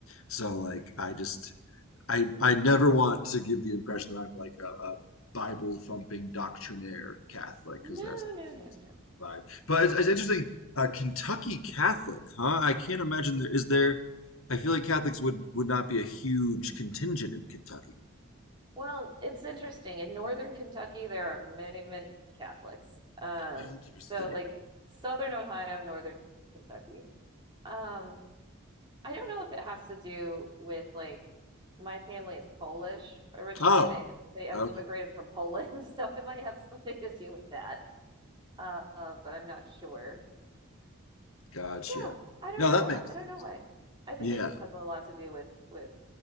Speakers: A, on the left (about 80°); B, on the right (about 20°).
A: so like I just. I I never want to give the impression that I'm like a, a Bible thumping doctrinaire Catholic
B: no,
A: because that's
B: no, no.
A: that's not the vibe. But it's, it's interesting. A Kentucky Catholic, huh? I can't imagine there is there. I feel like Catholics would would not be a huge contingent in Kentucky.
B: Well, it's interesting. In northern Kentucky, there are many, many Catholics. Um,
A: Interesting.
B: so like southern Ohio, northern Kentucky. Um, I don't know if it has to do with like my family is Polish originally.
A: Oh,
B: They they immigrated
A: okay.
B: from Poland, <laughs> so it might have something to do with that. Uh, uh, but I'm not sure.
A: Gotcha.
B: Yeah, I don't
A: No,
B: know.
A: that makes
B: I, I don't
A: sense.
B: know why. I think
A: Yeah.
B: it just has a lot to do with with